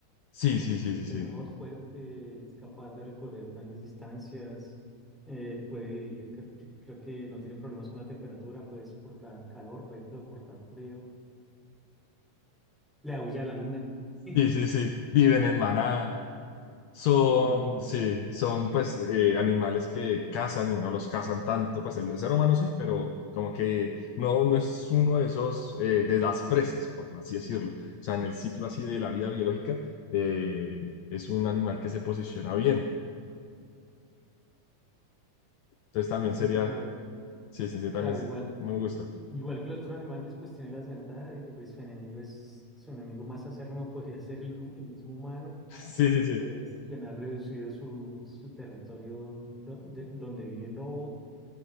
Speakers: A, on the left; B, in the centre.
A: Sí,
B: por
A: sí,
B: lo
A: sí,
B: que
A: sí, sí.
B: el lobo es fuerte, es capaz de recorrer grandes distancias, eh, puede vivir, cre- cre- creo que no tiene problemas con la temperatura, puede soportar calor, puede soportar frío, le aúlla a la luna, <laughs>
A: Sí, sí, sí. Viven en manada. Son,
B: viven en...
A: sí, son pues eh, animales que cazan y no los cazan tanto, pues el ser humano sí, pero como que no, no es uno de esos, eh, de las presas, por así decirlo. O sea, en el ciclo así de la vida biológica, eh, es un animal que se posiciona bien. Entonces también sería,
B: Sí, claro.
A: sí, sí, sí,
B: Claro,
A: también sí,
B: igual,
A: me gusta.
B: i-
A: <laughs>
B: igual que los otros animales, pues tiene las ventajas de que pues su enemigo es, su enemigo más acérrimo podría <laughs> ser el, hum- el mismo humano,
A: Sí, sí, sí,
B: pues quien ha reducido su, su territorio do- de- donde vive el lobo.